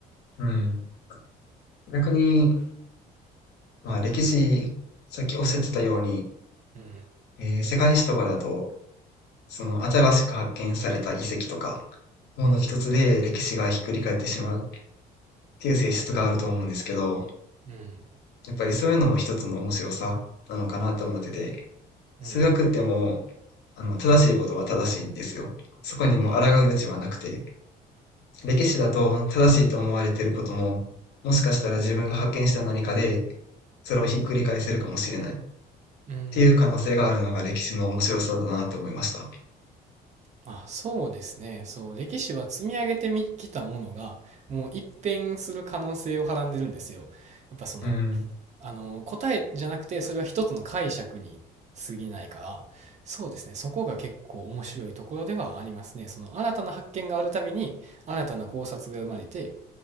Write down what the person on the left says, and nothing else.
うん、逆に、まあ歴史、さっきおっしゃってたように、
えー世界史とかだと、その新しく発見された遺跡とか、もの一つで歴史がひっくり返ってしまうっ
ていう性質があると思うんですけど、
やっぱりそういうのも一つの面白さなのかなと思ってて、
数学ってもう、あの、正しいことは正しいんですよ。そこにもう抗う余地はなくて、
歴史だと正しいと思われていることも、もしかしたら自分が発見した何かで、それをひっくり返せるかもしれないっ
ていう可能性があるのが歴史の面白さだなと思いました。
うん。